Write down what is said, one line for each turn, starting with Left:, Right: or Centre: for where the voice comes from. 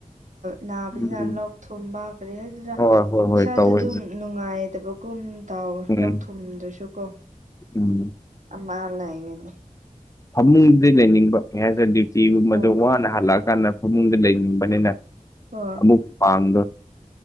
Right: ꯅꯥꯕꯅꯤꯅ
Left: ꯎꯝ
Right: ꯂꯣꯛ ꯊꯨꯝꯕ ꯀꯔꯤ ꯍꯥꯏꯁꯤꯔ
Left: ꯍꯣꯏ ꯍꯣꯏ ꯍꯣꯏ
Right: ꯏꯁꯥꯗ
Left: ꯇꯧꯋꯦ
Right: ꯑꯗꯨꯝ ꯅꯨꯡꯉꯥꯏꯗꯕ ꯀꯨꯝ ꯇꯥꯎꯋꯦ
Left: ꯎꯝ
Right: ꯂꯣꯛ ꯊꯨꯝꯗꯨꯁꯨ ꯀꯣ
Left: ꯎꯝ
Right: ꯑꯃ ꯂꯩꯉꯦꯅꯦ
Left: ꯐꯃꯨꯡꯗꯗꯤ ꯂꯩꯅꯤꯡꯕ ꯑꯦꯁ ꯗ꯭ꯌꯨꯇꯤꯒꯨꯝꯕꯗꯣ
Right: ꯍꯣꯏ
Left: ꯋꯥꯅ ꯍꯜꯂꯛꯑꯀꯥꯟꯗ ꯐꯃꯨꯡꯗ ꯂꯩꯅꯤꯡꯕꯅꯤꯅ
Right: ꯍꯣꯏ
Left: ꯎ ꯄꯥꯥꯡ